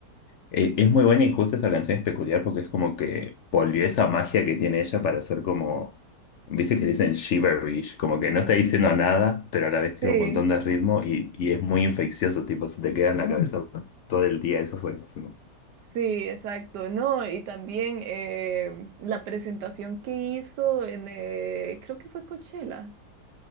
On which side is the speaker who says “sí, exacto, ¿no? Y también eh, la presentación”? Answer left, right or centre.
Right